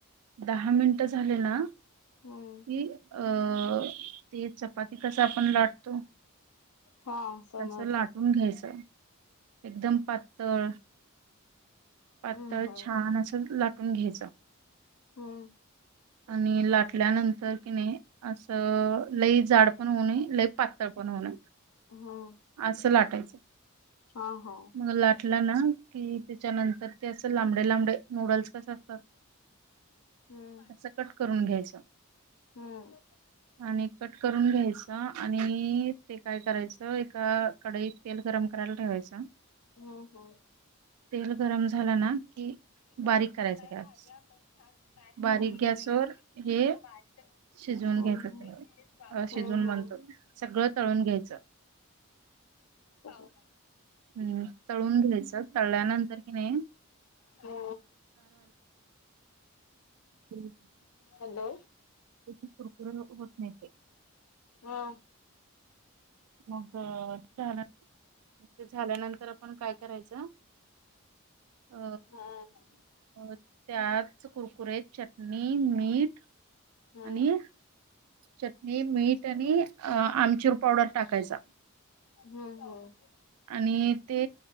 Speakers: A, on the right; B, on the left.
A: दहा मिनिटं झाले ना
B: हम्म
A: की अ ते चपाती कस आपण लाटतो
B: हा, समजल.
A: तसं लाटून घ्यायचं एकदम पातळ पातळ,
B: हम्म हम्म
A: छान असं लाटून घ्यायचं.
B: हो.
A: आणि लाटल्यानंतर, की नय असं लई जाड पण होऊ नये. लय पातळ पण होऊ नये,
B: हम्म
A: असं लाटायचं
B: हा हा
A: मग लाट लाटलं ना की, त्याच्यानंतर ते अस लांबडे लांबडे नूडल्स कस असतात.
B: हम्म
A: तसं कट करून घ्यायचं.
B: हम्म
A: आणि कट करून घ्यायच. आणि ते काय करायचं, एका कडईत तेल गरम करायला ठेवायचा
B: हो हो.
A: तेल गरम झालं ना, की,
B: तुम्ही बघू
A: बारीक करायचं
B: शकताय
A: गॅस
B: भाज्या आपण छान स्मॅश
A: बारीक
B: करून घेतलेल्या
A: गॅसवर
B: आहेत. मस्त
A: हे
B: <unintelligible>
A: शिजवून
B: हं
A: घ्यायचं
B: हं
A: सगळं
B: <inaudible>
A: अ शिजवून
B: हं हं
A: म्हणतो सगळं तळून घ्यायचं
B: <unintelligible>
A: हूं तळून घ्यायचं. तळल्यानंतर की नाय
B: हो.
A: <unintelligible>
B: हॅलो
A: याचे कुरकुर होत नाय ते.
B: हा
A: मग झालं. मग ते झाल्यानंतर, आपण काय करायचं अ
B: हा हा
A: अ त्याच कुरकुरे चटणी, मीठ
B: हम्म
A: आणि चटणी मीठ आणि अ आमचूर पावडर. टाकायचा.
B: हम्म हम्म.
A: आणि ते.